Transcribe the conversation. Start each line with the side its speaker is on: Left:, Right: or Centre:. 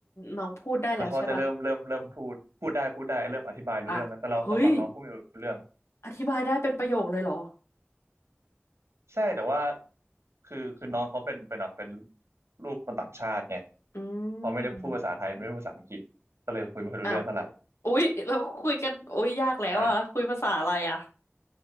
Left: น้องพูดได้แล้วใช่ปะ
Right: แล้วเขาก็จะเริ่มเริ่มเริ่มพูดพูดได้พูดได้เริ่มอธิบายรู้เรื่องแล้วแต่เราเราฟังน้องพูดไม่รู้เรื่อง
Left: อ่ะเฮ้ยอธิบายได้เป็นประโยคเลยเหรอ
Right: ใช่แต่ว่าคือคือน้องเขาเป็นเป็นแบบเป็นลูกคนต่างชาติไง
Left: อื
Right: เขาไม่ได้พูดภาษาไทยไม่ได้พูดภาษาอังกฤษก็เลยคุยไม่ค่อยรู้เรื่องเท่าไหร่
Left: มอ้าวอุ้ยเราคุยกันโอ้ยยากแล้วอะคุยภาษาอะไรอะ
Right: ใช่